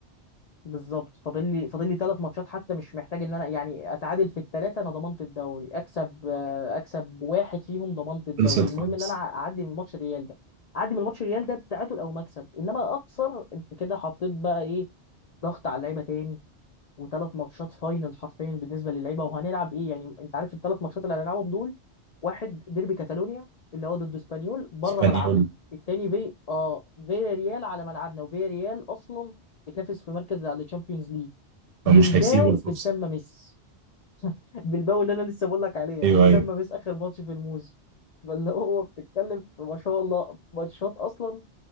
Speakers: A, on the left; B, on the right.
A: بالظبط فاضل لي فاضل لي ثلاث ماتشات حتى مش محتاج ان انا يعني اتعادل في الثلاثه انا ضمنت الدوري اكسب آه، اكسب واحد فيهم ضمنت الدوري
B: خلصت
A: المهم
B: خلاص
A: ان انا اعدي من ماتش الريال ده اعدي من ماتش الريال ده بتعادل او مكسب انما اخسر انت كده حطيت بقى ايه ضغط على اللعيبه تاني وثلاث ماتشات فاينل حرفيا بالنسبه للعيبه وهنلعب ايه يعني انت عارف الثلاث ماتشات اللي هنلعبهم دول واحد ديربي كاتالونيا اللي هو ضد اسبانيول بره
B: اسبانيول
A: ملعبنا الثاني في اه فيا ريال على ملعبنا وفيا ريال اصلا بتنافس في مركز على تشامبيونز ليج
B: فمش
A: بلباو
B: هيسيبوا الفرصة
A: في السما ميس بلباو اللي انا لسه بقول لك عليها
B: ايوه
A: في السما
B: ايوه
A: ميس اخر ماتش في الموسم فاللي هو بتتكلم في ما شاء الله ماتشات اصلا